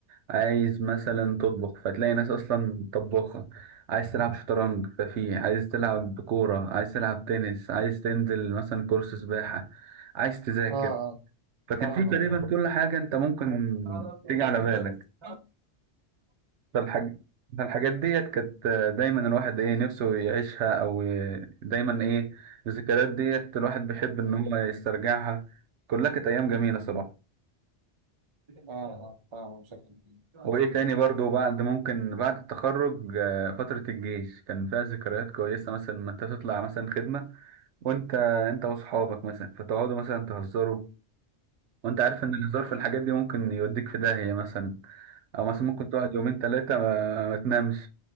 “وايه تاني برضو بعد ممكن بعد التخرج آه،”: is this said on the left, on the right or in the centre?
Right